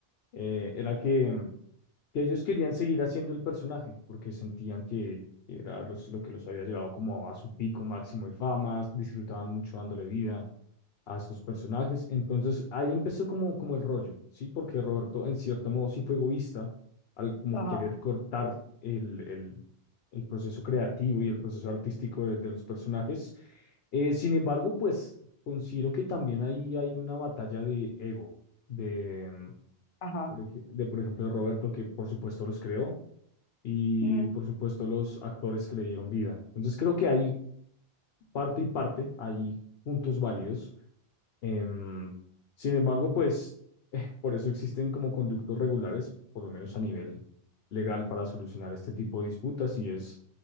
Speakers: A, on the left (about 70°); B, on the left (about 35°).
A: eh, era que, em, que ellos querían seguir haciendo el personaje porque sentían que que era los, lo que los había llevado como a su pico máximo de fama, disfrutaban mucho dándole vida a estos personajes. Entonces ahí empezó como, como el rollo, ¿sí? Porque Roberto en cierto modo sí fue egoísta al como
B: Ajá.
A: querer cortar el, el, el proceso creativo y el proceso artístico de, de los personajes. Eh, sin embargo, pues considero que también ahí hay una batalla de ego, de, mm,
B: Ajá,
A: por ej- de por ejemplo de Roberto, que por supuesto los creó. Y
B: ujú,
A: por supuesto los actores que le dieron vida. Entonces creo que hay parte y parte, hay puntos válidos Em, sin embargo, pues eh, por eso existen como conductos regulares, por lo menos a nivel legal, para solucionar este tipo de disputas y es,